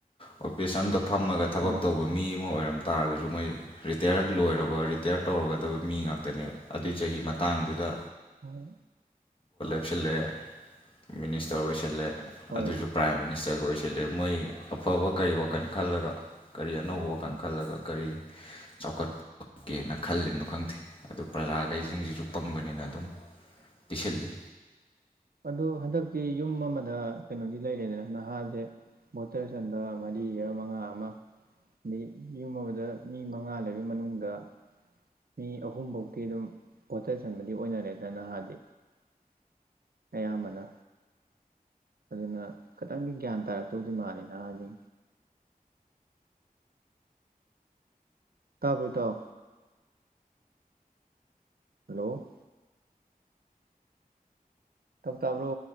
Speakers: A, on the left (about 35°); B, on the right (about 80°).
A: ꯑꯣꯄꯤꯤꯁ ꯑꯇ ꯐꯝꯃꯒ ꯊꯕꯛ
B: ꯍꯣꯏ
A: ꯇꯧꯕ ꯃꯤ ꯑꯃ ꯑꯣꯏꯔꯝꯗ ꯇꯥꯔꯒꯁꯨ ꯃꯣꯏ ꯔꯤꯇꯌꯔ ꯂꯣꯏꯔꯕꫡꯏꯔ‌ꯦ ꯔꯤꯇꯌꯔ ꯇꯧꯔꯒꯗꯕ ꯃꯤ ꯉꯥꯛꯇꯅꯦ ꯑꯗꯨꯏ ꯆꯍꯤ ꯃꯇꯥꯡꯗꯨꯗ
B: ꯍꯣꯏ
A: ꯁꯤꯜꯂꯛꯑꯦ ꯃꯤꯅꯤꯁꯇꯔ ꯑꯣꯏꯁꯤꯜꯂ‌ꯦ
B: ꯍꯣꯏ
A: ꯑꯗꯨꯁꯨ ꯄ꯭ꯔꯥꯏꯝ ꯃꯤꯅꯤꯁꯇꯔꯒ ꯑꯣꯏꯁꯤ ꯁꯤꯜꯂꯛꯑꯦ ꯃꯣꯏ ꯑꯐꯕ ꯀꯔꯤ ꯋꯥꯈꯜ ꯈꯜꯂꯒ ꯀꯔꯤ ꯑꯅꯧꯕ ꯋꯥꯈꯜ ꯈꯜꯂꯒ ꯀꯔꯤ ꯆꯥꯎꯈꯠꯀꯦꯅ ꯈꯜꯂꯤꯝꯅꯣ ꯈꯪꯗꯦ ꯑꯗꯨ ꯄ꯭ꯔꯖꯥꯒꯩꯁꯤꯡꯁꯤꯁꯨ ꯄꯪꯕꯅꯤꯅ ꯑꯗꯨꯝ ꯄꯤꯁꯤꯜꯂꯤ
B: ꯑꯗꯣ ꯍꯟꯗꯛꯇꯤ ꯌꯨꯝ ꯑꯃꯗ ꯀꯩꯅꯣꯗꯤ ꯂꯩꯔꯦꯗꯅ ꯅꯍꯥꯁꯦ ꯚꯣꯇꯔ ꯆꯟꯕ ꯃꯔꯤꯒ ꯃꯉꯥ ꯑꯃ ꯑꯗꯩ ꯌꯨꯝ ꯑꯃꯗ ꯃꯤ ꯃꯉꯥ ꯂꯩꯕꯩ ꯃꯅꯨꯡꯗ ꯃꯤ ꯑꯍꯨꯝꯕꯧꯛꯇꯤ ꯑꯗꯨꯝ ꯚꯣꯇꯔ ꯆꯟꯕꯗꯤ ꯑꯣꯏꯅꯔꯦꯗꯅ ꯅꯍꯥꯗꯤ ꯑꯌꯥꯝꯕꯅ ꯑꯗꯨꯅ ꯈꯇꯪꯗꯤ ꯒ꯭ꯌꯥꯟ ꯇꯥꯔꯛꯇꯧꯗꯤ ꯃꯥꯜꯂꯤ ꯅꯍꯥꯟꯅꯤ ꯇꯥꯕ꯭ꯔꯣ ꯏꯇꯥꯎ ꯍꯜꯂꯣ ꯇꯥꯎ ꯇꯥꯕ꯭ꯔꯣ